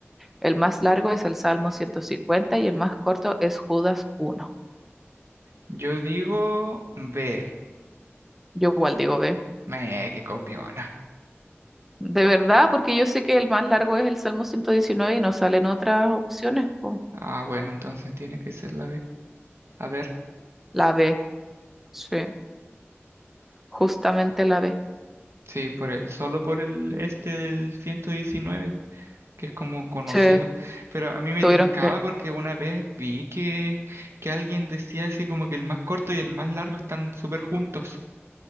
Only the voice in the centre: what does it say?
El más largo es el Salmo 150 y el más corto es Judas uno.
Yo igual digo B.
De verdad, porque yo sé que el más largo es el Salmo 119 y no salen otras opciones, po.
La B, sí, justamente la B.
Sí,
tuvieron
que.